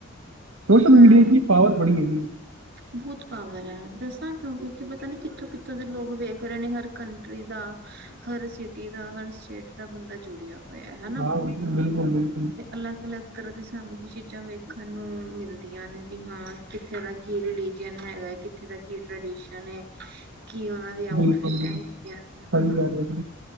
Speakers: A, on the right (about 70°); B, on the right (about 50°).
A: ਸੋਸ਼ਲ
B: ਹਮ।
A: ਮੀਡੀਆ ਚ' ਵੀ ਪਾਵਰ ਬੜੀ ਹੈਗੀ।
B: ਬਹੁਤ ਪਾਵਰ ਹੈ। ਦੱਸਾਂ ਕਿਉਂ, ਕਿਉਂਕਿ ਪਤਾ ਨੀ ਕਿੱਥੋਂ- ਕਿੱਥੋਂ ਦੇ ਲੋਕ ਵੇਖ ਰਹੇ ਨੇ ਹਰ ਕੰਟਰੀ ਦਾ ਹਰ ਸਿਟੀ ਦਾ, ਹਰ ਸਟੇਟ ਦਾ ਬੰਦਾ ਜੁੜਿਆ ਹੋਇਆ ਹਨਾ।
A: ਹਾਂ ਬਿਲਕੁਲ- ਬਿਲਕੁਲ।
B: ਅਲੱਗ -ਅਲੱਗ ਤਰ੍ਹਾਂ ਦੀ ਸਾਨੂੰ ਵੀ ਚੀਜ਼ਾਂ ਵੇਖਣ ਨੂੰ ਮਿਲਦੀਆਂ ਨੇ ਵੀ ਹਾਂ। ਕਿੱਥੇ ਦਾ ਕੀ ਰਿਲੀਜਨ ਹੈਗਾ ਹੈ। ਕਿੱਥੇ ਦਾ ਕੀ ਟ੍ਰਡੀਸ਼ਨ ਹੈ। ਕੀ ਉਹਨਾ ਏ
A: ਬਿਲਕੁਲ
B: ਆਊਟਫਿਟ
A: ਜੀ
B: ਹੇਗੀਆ ਨੇ
A: ਸਹੀ
B: ਨਾ।
A: ਕਹਿ ਰਹੇ ਜੀ